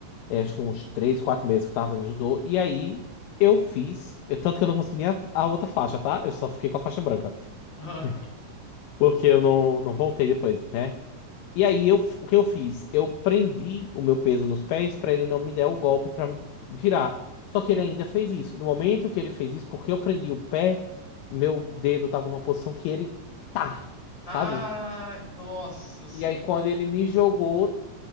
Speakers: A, on the left; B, on the left.
A: é, acho que uns três, quatro meses que eu tava fazendo judô. E aí eu fiz. eu- tanto que eu não consegui nem a, a outra faixa, tá? Eu só fiquei com a faixa branca.
B: <laughs>
A: <laughs> Porque eu não, não voltei depois, né? E aí eu, o que eu fiz? Eu prendi o meu peso nos pés pra ele não me der o golpe pra me virar. Só que ele ainda fez isso. No momento que ele fez isso, porque eu prendi o pé, meu dedo tava numa posição que ele tá,
B: Ah,
A: sabe?
B: nossa, sim.
A: E aí quando ele me jogou,